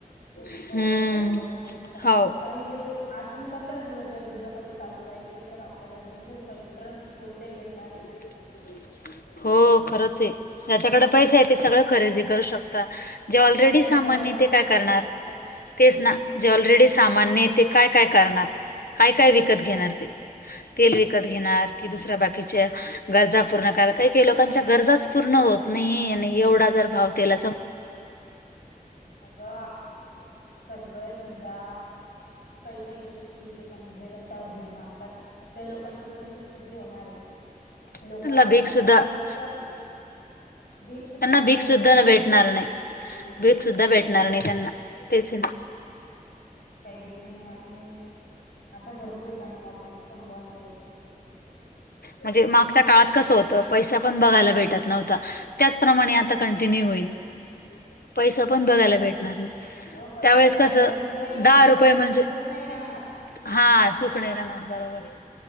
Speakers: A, on the left; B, on the left.
A: खूप
B: हम्म
A: प्रॉब्लेम फेस
B: हाव
A: काही दिवस अजुन पंधरा दिवस जर युद्ध कधी चालू राहिले तर आपल्याला दोनशे रुपये लिटर, गोड तेल भेटणार ये.
B: <inaudible> हो खरंच ये, ज्याच्याकडे पैसे येतं ते सगळं खरेदी करू शकता. जे ऑलरेडी
A: पण
B: सामान्य
A: सर्वसामान्य
B: ते काय करणार,
A: लोक ते
B: तेच
A: तर आहेच
B: ना जेव रीढे सामान्येते काय काय करणार, काय काय
A: हो
B: विकत घेणार ते? तेल विकत घेणार, की दुसरे बाकीचे. गरजा पूर्ण करणा काही काही लोकांच्या गरजाच पूर्ण होत नाही ये यांनी एवढा जर भाव तेलाचा
A: अगं सगळे समजा, काही काही गोष्टी ठीक ये पण जे रस्त्यावर भीक मागतात, त्यालोकांची कशी स्थिती होणार ये. लोक
B: त्याला
A: आपल्या
B: भीक सुद्धा
A: सारखे लोक भीक सुद्धा
B: त्यांना
A: काही
B: भीक
A: दिवसांनी
B: सुद्धा
A: लोक
B: भेटणार नाही,
A: हो
B: भीक
A: ते
B: सुद्धा
A: तर आहेच
B: भेटणार
A: आहे
B: नाही त्यांना. तेच ये ना.
A: काही दिवसांनी आणि, आता भरपूर ठिकाणी हॉटेल्स पण बंद येतं.
B: म्हणजे मागच्या काळात कस होत पैसा पण बघायला भेटत नव्हता. त्याचप्रमाणे आता कंटिन्यू होईल. पैसा पण बघायला भेटणार नाही,
A: अगं पैसा
B: त्यावेळेस
A: तर
B: कस
A: भरपूर राहील
B: दहा रुपये
A: पण मग
B: म्हणजे
A: सुख नाही राहणार
B: हा सुख नाही राहणार बरोबर ये.